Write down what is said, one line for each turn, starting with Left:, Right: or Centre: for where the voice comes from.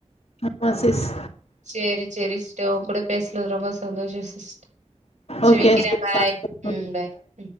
Left: ஆமா சிஸ்
Right: சேரி சேரி சிஸ்டர் உங்க கூட பேசலது ரொம்ப சந்தோஷோ சிஸ் சேரி
Left: ஓகே
Right: வக்கிறே
Left: சிஸ்
Right: பாய்
Left: தேங்க்யூ
Right: ம் பாய் ம்.